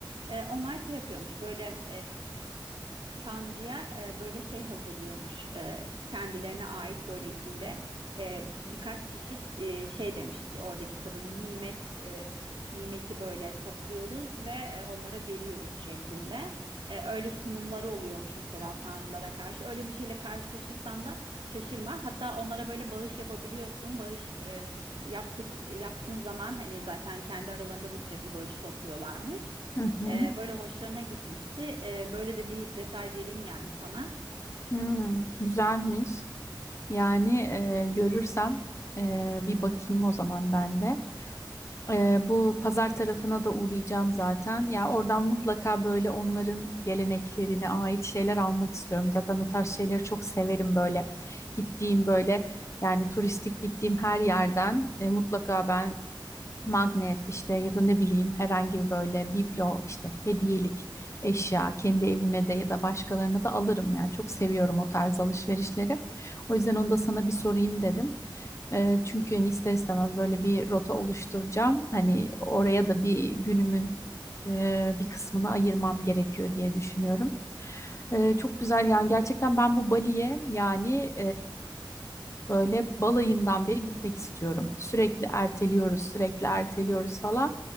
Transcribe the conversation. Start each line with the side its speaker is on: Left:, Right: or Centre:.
Right: E, onlar şey yapıyormuş böyle Tanrı'ya e, böyle şey hazırlıyormuş. E, kendilerine ait böyle içinde e, birkaç çeşit e, şey demişti. Oradaki kadın nimet e, nimeti böyle topluyoruz ve e, onlara veriyoruz şeklinde. E, öyle sunumları oluyormuş mesela tanrılara karşı. Öyle bir şeyle karşılaşırsan da şaşırma. Hatta onlara böyle bağış yapabiliyorsun. Bağış e, yaptık yaptığın zaman hani zaten kendi aralarında da sürekli bağış topluyorlarmış.
Left: Hı hı.
Right: Ee, böyle hoşlarına gitmişti. Ee, böyle de bir detay vereyim yani sana.
Left: Hı. Güzelmiş. Yani e, görürsem e, bir bakayım o zaman ben de. Ee, bu pazar tarafına da uğrayacağım zaten. Ya oradan mutlaka böyle onların geleneklerine ait şeyler almak istiyorum. Zaten o tarz şeyleri çok severim böyle. Gittiğim böyle yani turistik gittiğim her yerden e, mutlaka ben magnet işte ya da ne bileyim herhangi bir böyle biblo işte hediyelik eşya kendi evime de ya da başkalarına da alırım yani çok seviyorum o tarz alışverişleri. O yüzden onu da sana bir sorayım dedim. Ee, çünkü hani ister istemez böyle bir rota oluşturacağım. Hani oraya da bir günümün e, bir kısmını ayırmam gerekiyor diye düşünüyorum. Ee, çok güzel yani gerçekten ben bu Bali'ye yani Böyle balayından beri gitmek istiyorum. Sürekli erteliyoruz, sürekli erteliyoruz falan.